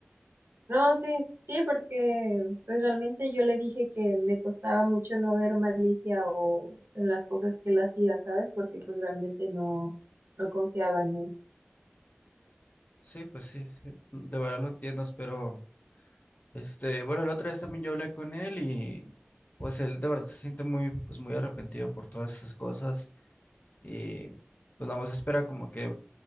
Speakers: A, on the right (about 55°); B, on the left (about 40°).
A: No, sí, sí, porque pues realmente yo le dije que me costaba mucho no ver malicia o en las cosas que él hacía, ¿sabes? Porque pues realmente no, no confiaba en él.
B: sí, pues sí, sí, de verdad lo entiendo, pero este, bueno, la otra vez también yo hablé con él y pues él de verdad se siente muy, pues muy arrepentido por todas esas cosas y pues nada más espera como que